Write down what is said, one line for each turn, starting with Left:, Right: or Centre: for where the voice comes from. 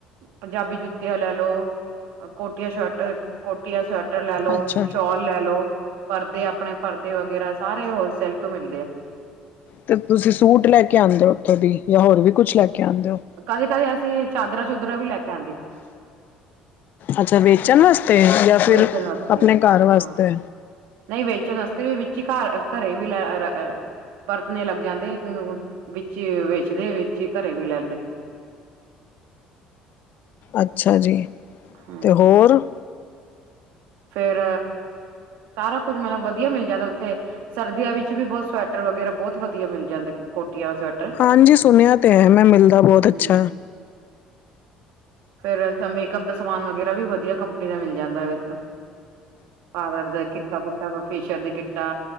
Right: ਪੰਜਾਬੀ ਜੁੱਤੀਆਂ ਲੈ ਲਓ। ਕੋਟੀਆ ਸਵੈਟਰ ਅ ਕੋਟੀਆ ਸਵੈਟਰ ਟਰ ਲੈ ਲੋ,
Left: ਅੱਛਾ ਜੀ।
Right: ਸ਼ੋਲ ਲੈ ਲੋ, ਪਰਦੇ ਆਪਣੇ ਪਰਦੇ ਵਗੈਰਾ ਸਾਰੇ ਹੋਲਸੇਲ ਤੋਂ ਮਿਲਦੇ ਆ।
Left: ਤੇ ਤੁਸੀਂ ਸੂਟ ਲੈ ਕੇ ਆਂਦੇ ਓਥੋਂ ਦੀ ਯਾ ਹੋਰ ਵੀ ਕੁਝ ਲੈ ਕੇ ਆਂਦੇ ਓ।
Right: ਕਦੇ ਕਦੇ ਅਸੀਂ ਚਾਦਰਾਂ ਚੂਦਰਾਂ ਵੀ ਲੈ ਕੇ ਆਂਦੇ।
Left: ਅੱਛਾ ਵੇਚਣ ਵਸਤੇ ਜਾਂ ਫਿਰ
Right: ਵੇਚਣ ਵਾਸਤੇ
Left: ਆਪਣੇ ਘਰ
Right: ਹਾਂ।
Left: ਵਸਤੇ
Right: ਨਈ ਵੇਚਣ ਵਸਤੇ ਵੀ ਵਿੱਚ ਵੀ ਘਰ ਘਰੇ ਵੀ ਲੈ ਅਰ ਰ ਪਰਤਣੇ ਲੱਗ ਜਾਂਦੇ ਵਿੱਚਈ ਵੇਚਦੇ ਵਿੱਚ ਈ ਘਰੇ ਵੀ ਲੈਂਦੇ।
Left: ਅੱਛਾ ਜੀ
Right: ਹੂੰ।
Left: ਤੇ ਹੋਰ
Right: ਫੇਰ ਸਾਰਾ ਕੁੱਝ ਮਤਲਬ ਵਧੀਆ ਮਿਲ ਜਾਂਦਾ ਓਥੇ। ਸਰਦੀਆਂ ਵਿੱਚ ਵੀ ਬੋਤ ਸਵੈਟਰ ਵਗੈਰਾ ਬੋਤ ਵਧੀਆ ਮਿਲ ਜਾਂਦੇ ਕੋਟੀਆਂ ਸਵੈਟ
Left: ਹਾਂਜੀ ਸੁਣਿਆ ਤੇ ਹੈ ਮੈਂ ਮਿਲਦਾ ਬੋਤ
Right: ਹੂੰ।
Left: ਅੱਛਾ।
Right: ਫੇਰ ਮੇਕਅਪ ਦਾ ਸਮਾਨ ਵਗੈਰਾ ਵੀ ਵਧੀਆ ਕੰਪਨੀ ਦਾ ਮਿਲ ਜਾਂਦਾ ਵੇ। ਪਾਵਰ ਦਾ ਕਿੱਟਾ ਕੁੱਟਾ ਦਾ ਫੈਸ਼ ਸ਼ੀਅਰ ਦੀ ਕਿਤਾ